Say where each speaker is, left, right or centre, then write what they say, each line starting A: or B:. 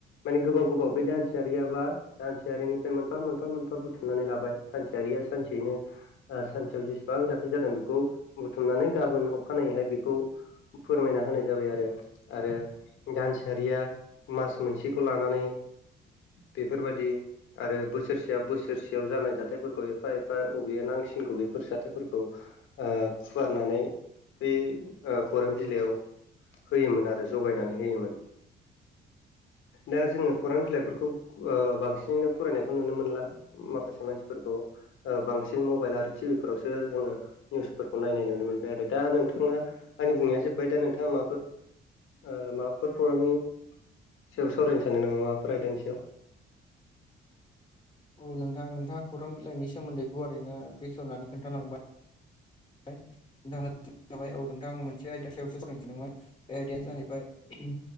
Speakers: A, on the left (about 80°); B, on the left (about 20°).
A: माने गोबाव गोबाव बे दानसेयारियाबा दानसेयारिनिफ्राय मोनफा मोनफा मोनफा बुथुमनानै लाबाय। सानसेयारिया सानसेयैनो ओ सानसेयाव जेसेबां जाथाय जादों बेखौ बुथुमनानै गाबोननो अखानायैहाय बेखौ फोरमायना होनाय जाबाय आरो, आरो दानसेयारिया मास मोनसेखौ लानानै बेफोरबादि आरो बोसोरसेया बोसोरसेयाव जानाय जाथायफोरखौ एफा एफा अबे नांसिनगौ बेफोर जाथायफोरखौ आ फुवारनानै बै आ खौरां बिलाइयाव होयोमोन आरो ज'गायनानै होयोमोन। दा जोङो खौरां बिलाइफोरखौ ओ बांसिनैनो फरायनायखौ नुनो मोनला। माखासे मानसिफोरखौ ओ बांसिन मबाइल आरो टिभि फोरावसो जोङो निउसफोरखौ नायनाय नुनो मोनबाय आरो। दा नोंथाङा आंनि बुंनाया जोबबाय दा नोंथाङा माबाफोर आ माबाफोर खौरांनि सायाव सावरायनो सानदों नामा माफोर आयदानि सायाव?
B: औ नोंथा नोंथाङा खौरां बिलाइनि सोमोन्दै गुवारैनो बेखेवनानै खोन्थालांबाय। <unintelligible> औ नोंथां मोनसे आयदा सायावसो सावरायनो सानदोंमोन। बे आयदायानो जाहैबाय